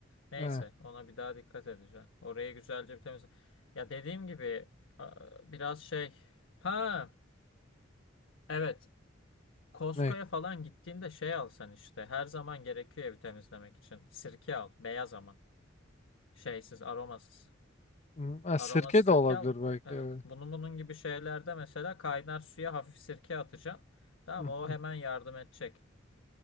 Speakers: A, on the left (about 85°); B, on the left (about 35°).
A: Neyse
B: ha,
A: ona bir daha dikkat edeceğim. Orayı güzelce bir temizle. Ya dediğim gibi a- biraz şey. Ha evet Costco'ya
B: ne?
A: falan gittiğinde şey alsan işte her zaman gerekiyor evi temizlemek için. Sirke al beyaz ama şeysiz aromasız.
B: Hmm, ha,
A: Aromasız
B: sirke
A: sirke
B: de olabilir
A: al.
B: belki
A: Evet
B: evet.
A: bunun bunun gibi şeylerde mesela kaynar suya hafif sirke atacaksın. Tamam
B: Hı hı.
A: o hemen yardım edecek.